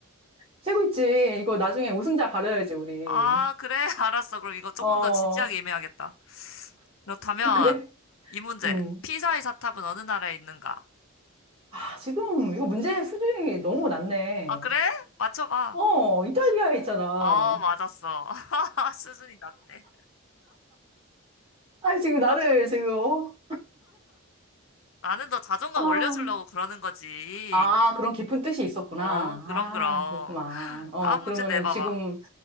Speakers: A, on the right (about 25°); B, on the left (about 65°).
A: 세고 있지. 이거 나중에 우승자 가려야지, 우리.
B: 아, 그래. <laughs> 알았어. 그럼 이거 조금
A: 어,
B: 더 진지하게
A: 아,
B: 임해야겠다. 그렇다면,
A: 그래?
B: 이 문제.
A: 응.
B: 피사의 사탑은 어느 나라에 있는가?
A: 아, 지금 이거 문제 수준이 너무 낮네.
B: 아, 그래? 맞춰봐.
A: 어, 이탈리아에 있잖아.
B: 어, 맞았어. <laughs> 수준이 낮대.
A: 아, 지금 나를
B: 그럼
A: 지금, 어?
B: 나는 너 자존감
A: 아,
B: 올려주려고 그러는 거지.
A: 아, 그런 깊은 뜻이 있었구나.
B: 어, 그럼,
A: 아,
B: 그럼.
A: 그렇구만. 어,
B: 다음
A: 그러면은
B: 문제 내봐봐.
A: 지금